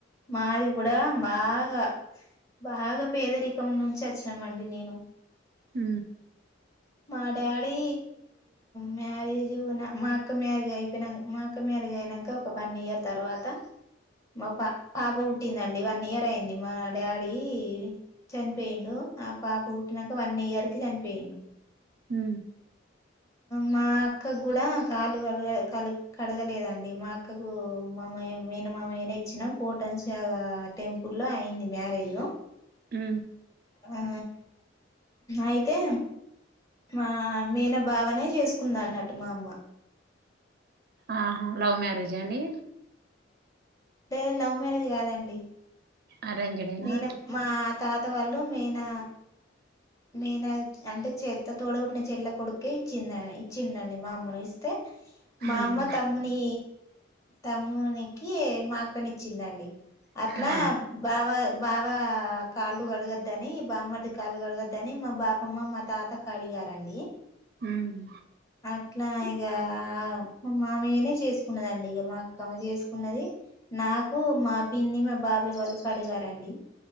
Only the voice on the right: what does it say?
హ
హ
అ
ఆహా లవ్ మ్యారేజ్ అండి
అరేంజ్డ్ ఏ నా
ఉమ్
ఆ
ఉమ్